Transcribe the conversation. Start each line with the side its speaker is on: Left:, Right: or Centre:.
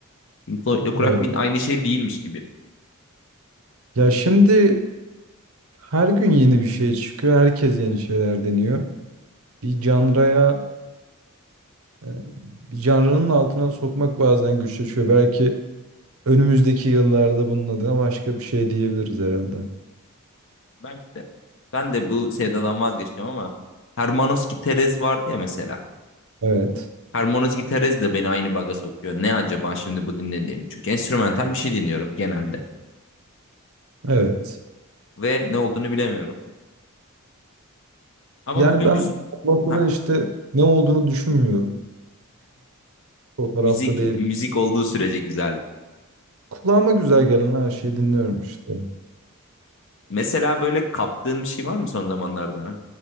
Left: Pink Floyd'la
Right: Evet.
Left: bin aynı şey değilmiş gibi.
Right: Ya şimdi her gün yeni bir şey çıkıyor. Herkes yeni şeyler deniyor. Bir canraya E, bir canrının altına sokmak bazen güçleşiyor. Belki önümüzdeki yıllarda bunun adına başka bir şey diyebiliriz herhalde.
Left: Belki de. Ben de bu sevdadan vazgeçeceğim ama Hermanos Giterez vardı ya mesela.
Right: Evet,
Left: Hermanos Giterez de beni aynı baga sokuyor. Ne acaba şimdi bu dinlediğim? Çünkü enstrümantal bir şey dinliyorum genelde.
Right: evet.
Left: ve ne olduğunu bilemiyorum. Ama
Right: Yani
Left: bugün
Right: ben
Left: güz-
Right: o noktada
Left: Heh,
Right: işte ne olduğunu düşünmüyorum. O tarafta
Left: müzik
Right: değil.
Left: müzik olduğu sürece güzeldir.
Right: Kulağıma güzel gelen her şeyi dinliyorum işte.
Left: Mesela böyle kaptığın bir şey var mı son zamanlarda?